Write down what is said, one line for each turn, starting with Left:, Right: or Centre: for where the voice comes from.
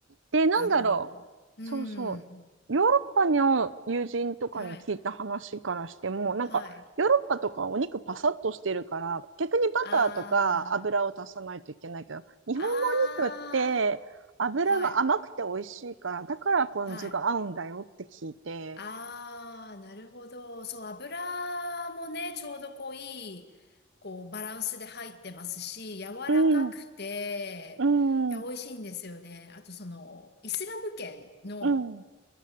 Right: で、なんだろう。
Left: あの、うん。
Right: そうそう。ヨーロッパの友人とかに聞いた話からしても、
Left: はい。
Right: なんか、
Left: はい。
Right: ヨーロッパとかはお肉パサッとしてるから、逆にバターとか油を足さないといけないけど、
Left: ああ、
Right: 日本のお肉って油が甘くて美味しいから、
Left: ああ、はい。
Right: だからポン酢が合うんだよって聞いて。
Left: はい。ああ、なるほど。そう、油もね、ちょうどこういい、こうバランスで入ってますし、柔らかくて、
Right: うん、うん、
Left: いや、
Right: うん、
Left: 美味しいんですよね。あとその、イスラム圏の、
Right: うん、